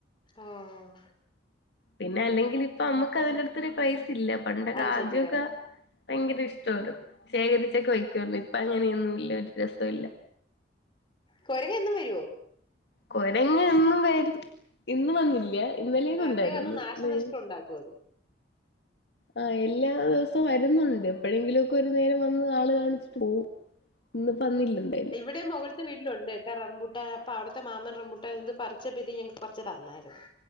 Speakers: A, on the left; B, on the left.
A: ആഹ്
B: പിന്നെ അല്ലെങ്കിൽ ഇപ്പൊ നമ്മക്ക് അതിന്റെ അടുത്തൊരു ക്രയ്സില്ല പണ്ടൊക്കെ
A: അത്
B: ആദ്യവൊക്കെ
A: ശരിയാണ്
B: ഭയങ്കര ഇഷ്ടമായിരുന്നു ശേഖരിച്ചൊക്കെ വയ്ക്കുവായിരുന്നു ഇപ്പം അങ്ങനെയൊന്നും ഇല്ല ഒരു രസവില്ല
A: കൊരങ്ങ് എന്നും വരുവോ
B: കൊരങ്ങ് എന്നും വരും ഇന്ന് വന്നില്ല ഇന്നലെയൊക്കെ
A: വെറുതെ
B: ഉണ്ടായിരുന്നു
A: വന്ന് നാശനഷ്ടം
B: ഉം
A: ഉണ്ടാക്കും അത്
B: ആഹ് എല്ലാ ദിവസവും വരുന്നുണ്ട് എപ്പഴെങ്കിലുവൊക്കെ ഒരു നേരം വന്ന് ആള് കാണിച്ചിട്ട് പോവും ഇന്നിപ്പോ വന്നില്ല എന്തായാലും
A: ഇവിടെയും മുകളിത്തെ വീട്ടിലുണ്ട് കേട്ടാ റംബൂട്ടാൻ അപ്പ അവിടുത്തെ മാമൻ റംബൂട്ടൻ ഇന്ന് പറിച്ചപ്പോ ഇത് ഞങ്ങക്ക് കൊറച്ച് തന്നായിരുന്നു